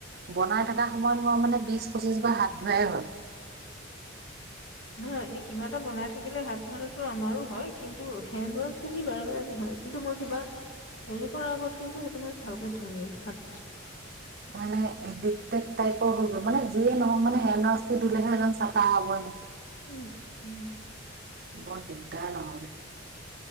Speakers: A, on the right; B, on the left.
A: বনাই থকা সময়ত মই মানে বিশ পঁচিশ বাৰ হাত ধোঁৱাই হয়
B: নহয় এই কিবা এটা বনাই থাকিলে হাত ধোৱা টো আমাৰো হয় কিন্তু হেণ্ড ৱাছ যদি বাৰে বাৰে নহয় কিন্তু মই কিবা হেৰি কৰাৰ আগত কিন্তু সেইটো মই ভালকে ধোৱেই হাত
A: মানে দিগটেত টাইপৰ হৈ গ'ল মানে যিয়ে নহওঁক মানে হেন ৱাচ টো ধুলে হে এদম চাফা হব ব
B: উম, উম,
A: ব দিকদাৰ নহ'লে